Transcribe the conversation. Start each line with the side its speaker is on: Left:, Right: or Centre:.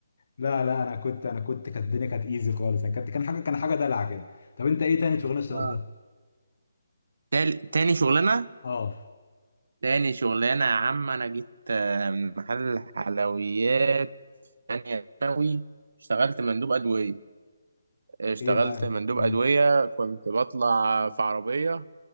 Left: لا لا انا كنت انا كنت كانت الدنيا كانت ايزي خالص يعني كانت كان حاجه كان حاجه دلع كده طب انت ايه تاني شغلانه اشتغلتها؟
Right: اه تال- تاني شغلانه
Left: اه
Right: تاني شغلانة يا عم أنا جيت آه، من محل حلويات تانية ثانوي اشتغلت مندوب أدوية اشتغلت
Left: ايه بقى
Right: مندوب
Left: امم
Right: أدوية كنت بطلع في عربية